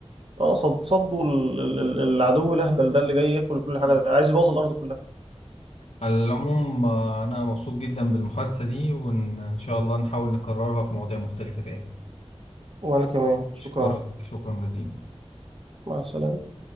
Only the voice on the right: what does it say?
اه صد صدوا ال- ال- ال- العدو الاهبل ده اللي جاي ياكل كل
حاجه عايز يبوظ الارض كلها
وأنا كمان شكرا
مع السلامة